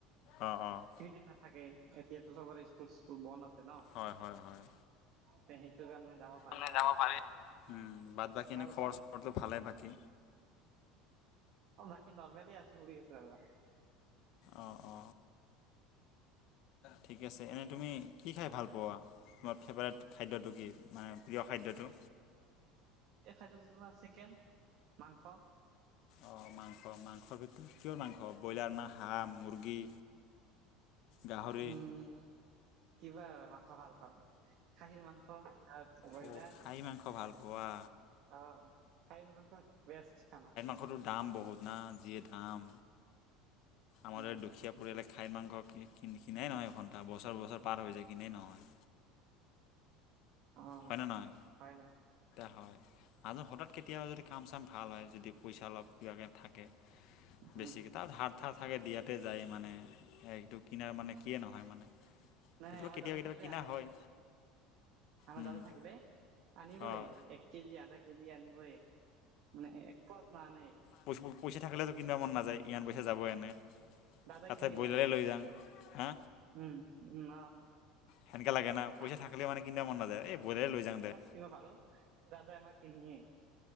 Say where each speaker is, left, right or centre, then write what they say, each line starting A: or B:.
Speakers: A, on the left; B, on the right.
A: অ', অ,
B: ফ্ৰী টাইম নাথাকে। এতিয়াতো চবৰে স্কুল চকুল বন্ধ আছে ন?
A: হয় হয় হয়
B: সেইটোৰ কাৰণে যাব পাৰি
A: মানে
B: আৰু
A: যাব পাৰি। বাদ বাকী এনে
B: নহ'লে
A: খবৰ
B: চবৰে
A: চবৰটো ভালেই বাকী
B: অ', বাকী নৰ্মেলি আছো চলি আছে আৰু
A: অ', অ, ঠিক আছে। এনেই তুমি কি খাই ভাল পোৱা? তোমাৰ ফেভাৰেট খাদ্যটো কি মানে প্ৰিয় খাদ্যটো?
B: এই খাদ্যটো তোমাৰ চিকেন, মাংস
A: অ', মাংস মাংসৰ ভিতৰত কিহৰ মাংস ব্ৰইলাৰ না হাঁহ, মুৰ্গী? গাহৰি
B: উম', কিবা আৰু মাংস ভাল পাও খাহিৰ মাংস আৰু ব্ৰইলাৰ
A: অঁ খাহী মাংস ভাল পোৱা
B: অ', কাশীৰ মংস বেষ্ট খানা।
A: <unintelligible> দাম বহুত না যিয়ে দাম আমাৰ
B: উম
A: এই দুখীয়া পৰিয়ালে কাশীৰ মাংস কিনাই নহয় এ ঘণ্টা বছৰ বছৰ পাৰ হৈ যায় কিনাই নহয়।
B: অ',
A: হয়নে নহয়
B: হয় নে?
A: হয় আৰু হঠাৎ কেতিয়াবা যদি কাম চাম ভাল হয়। যদি পইচা অলপ কিবা কে থাকে।
B: উম
A: বেছিকৈ তাত হাত ধাৰ থাকে দিয়াতে যায় মানে সেইটো কিনাৰ মানে কিয়ে নহয় মানে
B: নাই
A: কেতিয়াবা
B: নাই আমাৰ
A: কেতিয়াবা
B: দাদা থাকিলে
A: কিনা
B: আনে
A: হয়।
B: আমাৰ
A: উম,
B: দাদা থাকিলে আনিবই
A: অঁ
B: এক কেজি, আধা কেজি আনিবই। মানে একপোৱাটো নানেই।
A: পচ পইচা থাকিলেতো কিনিবা মন নাযায় ইমান পইচা যাব এনেই,
B: দাদাই
A: তাত
B: কিনি
A: চাই ব্ৰইলাৰেই
B: লয় আমাৰ
A: লৈ যাওঁ। হা।
B: উম, উম,
A: সেনেকা লাগে না। পইচা
B: অ'।
A: থাকিলেও মানে কিনিব মন নাযায়, এই ব্ৰইলাৰে লৈ যাওঁ দে।
B: কিবা কালো দাদাই আমাক কিনিয়েই।